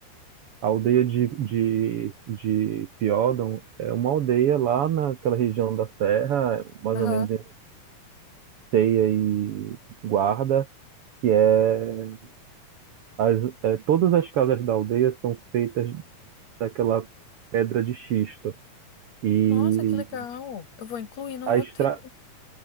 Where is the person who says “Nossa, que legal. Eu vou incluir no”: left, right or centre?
Left